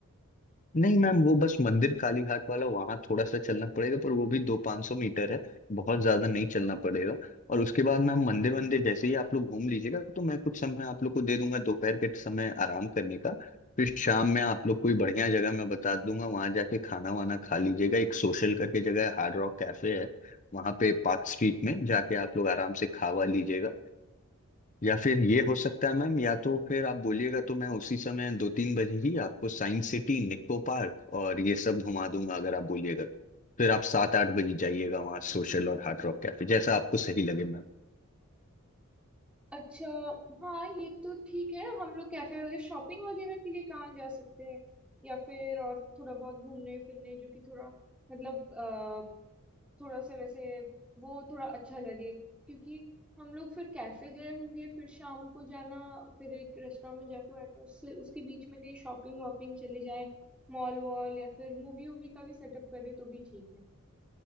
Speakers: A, on the left; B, in the centre.
A: नहीं मैम वो बस मंदिर कालीघाट वाला वहां थोड़ा सा चलना पड़ेगा पर वो भी दो पाँच सौ मीटर है बहुत ज्यादा नहीं चलना पड़ेगा और उसके बाद मैम मंदिर वंदिर जैसे ही आप लोग घूम लीजिएगा तो मैं कुछ समय आप लोग को दे दूंगा दोपहर के समय आराम करने का फिर शाम में आप लोग कोई बढ़िया जगह मैं बता दूंगा वहां जाके खाना वाना खा लीजिएगा एक सोशल करके जगह है हार्ड रॉक कैफे है वहां पे पार्क स्ट्रीट में जाके आप लोग आराम से खावा लीजिएगा या फिर ये हो सकता है मैम या तो फिर आप बोलिएगा तो मैं उसी समय दो तीन बजे ही आपको साइंस सिटी निक्को पार्क और ये सब घुमा दूंगा अगर आप बोलिएगा तो फिर आप सात आठ बजे जाइएगा वहाँ सोशल और हार्ड रॉक कैफे जैसा आपको सही लगे मैम
B: अच्छा हाँ ये तो ठीक है हम लोग कैफे वगैरह शॉपिंग वगैरह के लिए कहाँ जा सकते हैं या फिर और थोड़ा बहुत घूमने फिरने जो कि थोड़ा मतलब अ, थोड़ा सा वैसे वो थोड़ा अच्छा लगे क्योंकि हम लोग फिर कैफे गए होंगे फिर शाम को जाना फिर एक रेस्टोरेंट में जाके बैठो उससे उसके बीच में कहीं शॉपिंग वॉपिंग चले जाए मॉल वॉल या फिर मूवी वूवी का भी सेटअप कर दे तो भी ठीक है